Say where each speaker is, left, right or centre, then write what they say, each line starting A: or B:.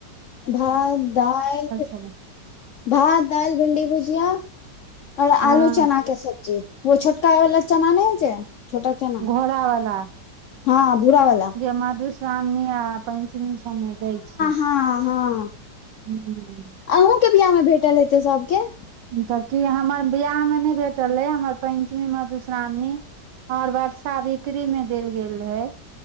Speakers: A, on the left; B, on the right.
A: भात दाइल
B: छलै
A: <inaudible> भात दाइल भिंडी भुजिया और
B: हँ
A: आलू चना कऽ सब्जी जे ओ छोटका वला चना नै होइ छै छोटा चना <inaudible>
B: घोड़ा वाला
A: हँ भुरा वला
B: जे मधुश्रावणी आ पंचमी सब में दै छय
A: हाँ हाँ
B: हूँ
A: अहुँ के बियाह मे भेटल हेतै सबके
B: तऽ की हमर बियाह मे नई भेटल यै हमर पञ्चमी मधुश्रामणी हमर बटसावित्री में देल गेल रहै